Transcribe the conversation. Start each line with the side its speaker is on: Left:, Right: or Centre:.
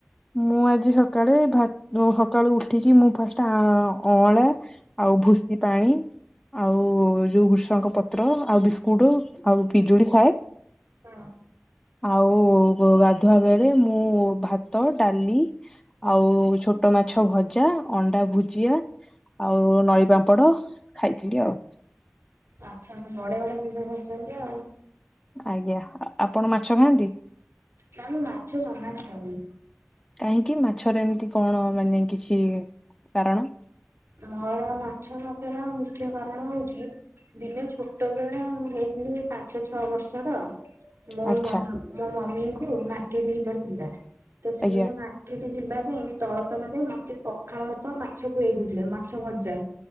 Left: ମୁଁ ଆଜି ସକାଳେ ଭା ଯୋଉ ସକାଳୁ ଉଠିକି ମୁଁ ଫାଷ୍ଟ ଆମ୍ ଆ ଅଁଳା ଆଉ ଭୁସି ପାଣି ଆଉ ଯୋଉ ଭୁସ୍ ଙ୍କ ପତ୍ର ଆଉ ବିସ୍କୁଟ ଆଉ ପିଜୁଳି ଖାଏ।
Right: ହଁ
Left: ଆଉ ଗା-ଗାଧୁଆ ବେଳେ ମୁଁ ଭା ତ ଡାଲି ଆଉ ଛୋଟ ମାଛ ଭଜା ଅଣ୍ଡା ଭୁଜିଆ ଆଉ ନଈ ପାମ୍ପଡ ଖାଇଥିଲି ଆଉ।
Right: ଆଚ୍ଛା ବଢିଆ ବଢ଼ିଆ ଜିନିଷ ଖାଇଚନ୍ତି ଆଉ।
Left: ଆଜ୍ଞା ଆପଣ ମାଛ ଖାଆନ୍ତି?
Right: ତମେ ମାଛ ଜମା ଖାଅନି।
Left: କାହିଁକି ମାଛର ଏମତି କଣ ମାନେ କିଛି କାରଣ
Right: ମୋର ମାଛ ନଖାଇବାର ମୁଖ୍ୟ କାରଣ ହଉଛି ଦିନ ଛୋଟ ବେଳ ମୁଁ ହେଇଥିଲି ପାଞ୍ଚ ଛଅ ବର୍ଷର ମୋ
Left: ଆଚ୍ଛା
Right: ମ ମୋ ମମିଙ୍କୁ ମାର୍କେଟ ଯିବାର ଥିଲା ତ ସିଏ
Left: ଆଜ୍ଞା
Right: ମାର୍କେଟ ଯିବା ପାଇଁ ତର ତରରେ ମତେ ପଖାଳ ଭାତ ମାଛ ଖୁଏଇଦେଇ ଥିଲେ ମାଛ ଭଜା।